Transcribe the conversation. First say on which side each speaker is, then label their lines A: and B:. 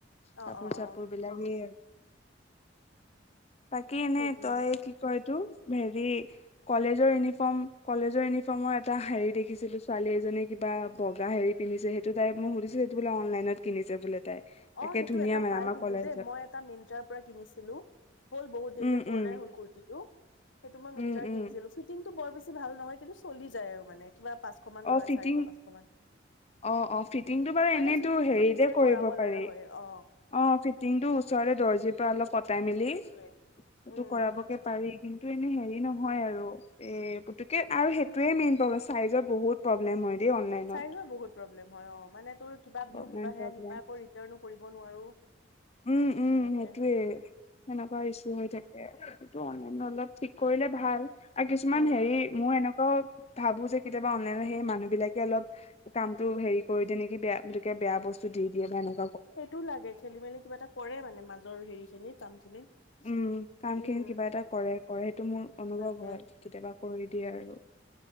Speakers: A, on the left; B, on the left.
A: অ',
B: কাপোৰ
A: অ', অ'
B: চাপোৰ বিলাকে ক বাকী এনেই
A: সেইটোৱে।
B: তই কি কৰি টো হেৰি কলেজৰ ইউনিফৰ্ম কলেজৰ ইউনিফৰ্মৰ এটা হেৰি দেখিছিলো ছোৱালী এজনে কিবা বগা হেৰি পিন্ধিছে সেইটো তাই মোক সুধিছে সেইটো বোলে অনলাইনত কিনিছে বোলে তাই
A: অ
B: একে
A: সেইটো
B: ধুনীয়া
A: এটা
B: মানে
A: পাই
B: আমাৰ
A: কিন্তু
B: কলেজত
A: দেই মই এটা মিন্ট্ৰাৰ পৰা কিনিছিলো হ'ল বহুত এতিয়া
B: উম
A: পুৰণাই
B: উম
A: হল কুৰটি তো সেইটো মই মিন্তা
B: উম উম
A: কিনিছিলোঁ, ফিটিং বৰ বেছি ভাল নহয় কিন্তু চলি যায় আৰু মানে কিবা পাঁচশ মান
B: অ
A: লয়
B: ফিটিং
A: চাৰিশ পাঁচশ মান
B: অ অ ফিটিংটো বাৰু
A: মানে
B: এনেইতো
A: ফিটিংটো
B: হেৰিতে
A: নিজে
B: কৰিব
A: কৰাব
B: পাৰি
A: লগা হয় অ
B: অ ফিটিং টো ওচৰে দৰ্জিৰ পৰা অলপ কটাই সেইটো
A: সেইটোয়ে উম
B: কৰাবকে পাৰি মোৰতো এনে হেৰি নহয় আৰু এ পুতুকে আৰু সেইটোয়ে মেইন প্ৰবলেম চাইজৰ বহুত প্ৰবলেম হয় দেই অনলাইনত
A: চাইদ ৰ বহুত প্ৰব্লেম হয় অ মানে তোৰ কিবা দিও
B: প্ৰব্লেম
A: কিবাহে
B: প্ৰব্লেম
A: আহি পায় আকৌ ৰিটাৰ্নো কৰিব নোৱাৰো
B: উম উম
A: সেনেকে
B: সেইটোয়ে সেনেকুৱা ৰিছু হৈ থাকে এইটো অনলাইন অলপ ঠিক কৰিলে ভাল আৰু কিছুমান
A: অ
B: হেৰি মোৰ এনেকা ত ভাবো যে কেতিয়াবা অনলাইন সেই মানুহ বিলাকে অলপ কামটো হেৰি কৰি দে নেকি বেয়া তেতিয়া বেয়া বস্তু দি দিয়ে বা ন
A: সেইটোও লাগে খেলি মেলি কিবা এটা কৰে মানে মাজৰ হেৰি খিনি কাম খিনি
B: উম কাম
A: উম
B: খিনি কিবা এটা কৰে কৰে সেইটো মোৰ অনুভৱ
A: তাকে
B: হয় কেতিয়াবা কৰি দিয়ে আৰু